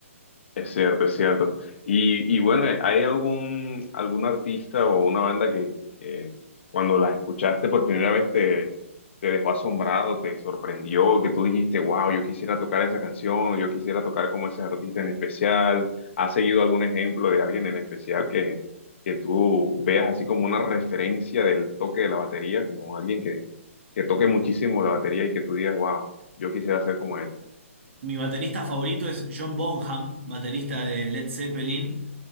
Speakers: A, on the left (about 55°); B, on the right (about 60°).
A: Es cierto, es cierto. Y, y bueno, eh, ¿hay algún, algún artista o una banda que, que cuando la escuchaste por primera vez te, te dejó asombrado, te sorprendió, que tú dijiste, wow, yo quisiera tocar esa canción, o yo quisiera tocar como ese artista en especial? ¿Has seguido algún ejemplo de alguien en especial que, que tú veas así como una referencia del toque de la batería, como alguien que, que toque muchísimo la batería y que tú digas, wow, yo quisiera ser como él?
B: Mi baterista favorito es John Bonham, baterista de Led Zeppelin,